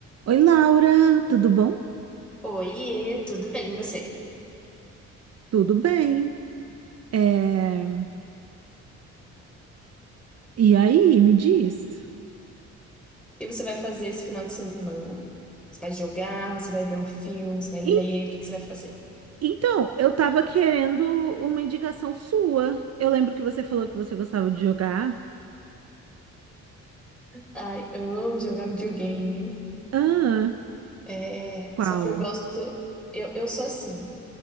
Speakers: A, on the right; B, in the centre.
A: Oi, Laura, tudo bom?
B: Oiê, tudo bem, e você?
A: Tudo bem. É, E aí, me diz.
B: O que você vai fazer esse final de semana? Você vai jogar, você vai ver um filme, você vai ler,
A: En-
B: o que que você vai fazer?
A: Então, eu tava querendo uma indicação sua. Eu lembro que você falou que você gostava de jogar.
B: Ai, eu amo jogar videogame,
A: Ah,
B: é,
A: qual?
B: só que eu gosto, eu, eu sou assim,